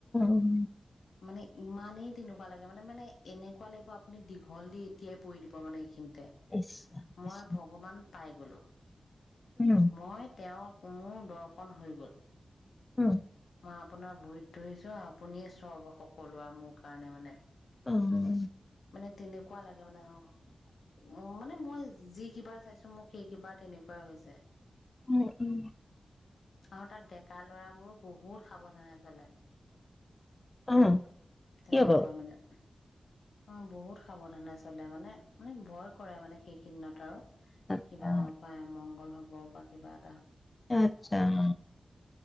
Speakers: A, on the left (about 25°); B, on the left (about 75°).
A: উম
B: মানে ইমানেই তেনেকুৱা লাগে মানে মানে এনেকুৱা লাগিব আপুনি দীঘল দি এতিয়াই পৰি দিব মানে এইখিনি। তে
A: ইচ ৰাম
B: মই
A: ইচ
B: ভগৱান পাই গলো।
A: ৰাম উম
B: মই তেওঁক মোৰ দৰ্শন হৈ গ'ল।
A: উম।
B: মই আপোনাৰ ভৰিত ধৰিছোঁ, আপুনিয়ে সব সকলো আৰু মোৰ কাৰণে মানে।
A: উম
B: মানে তিনে কোৱা লাগে মানে অ, উ, মানে মই যি কিবাৰ চাইছো মোক সেই কিবাৰ তেনেকুৱাই হৈছে।
A: উম উম
B: আৰু তাত ডেকা লৰাবোৰো বহুত সাৱধানে চলে
A: অ
B: তনেুৱ
A: কি হ'ব
B: মানে অ বহুত সাৱধানে চলে মানে মানে ভয় কৰে মানে সেইকদিনত আৰু
A: আচ্ছা
B: কিবা পায়মংগল হ'ব বা বাৰ
A: আত্ছা <inaudible>